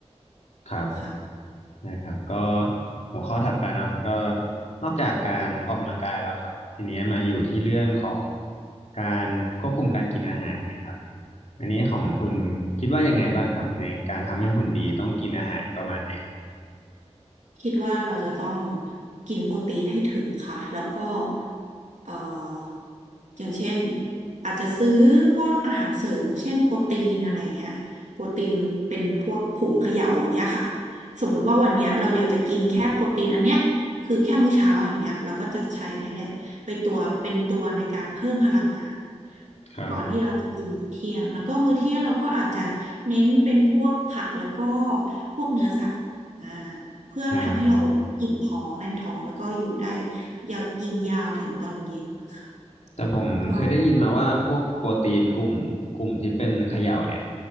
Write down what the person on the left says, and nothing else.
ครับ
นะครับก็หัวข้อถัดไปเนาะก็นอกจากการออกกำลังกายแล้วครับทีนี้มาอยู่ที่เรื่องของการควบคุมการกินอาหารเนี่ยครับอันนี้ของคุณคิดว่ายังไงบ้างครับในการทำให้หุ่นดีต้องกินอาหารประมาณไหนครับ
ครับ
อ่า
แต่ผมเคยได้ยินมาว่าพวกโปรตีนกลุ่มกลุ่มที่เป็นเขย่าเนี่ย